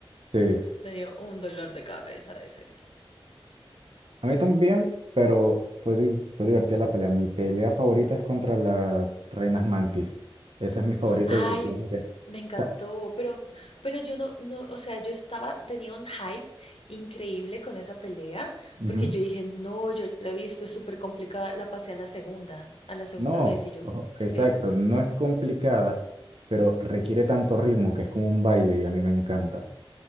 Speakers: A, on the right; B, on the left.
A: Sí.
B: Me dio un dolor de cabeza ese.
A: A mí también, pero fue, di- fue divertida la pelea. Mi pelea favorita es contra las reinas mantis. Esa es mi favorita
B: Ay,
A: y yo pienso que... o
B: me encantó,
A: sea,
B: pero, pero yo no, no, o sea, yo estaba, tenía un hype increíble con esa pelea,
A: ujú.
B: porque yo dije, no, yo la he visto, es súper complicada, la pasé a la segunda, a la segunda
A: No,
B: vez, y yo,
A: ojo, exacto.
B: ¿qué?
A: No es complicada, pero requiere tanto ritmo que es como un baile y a mí me encanta.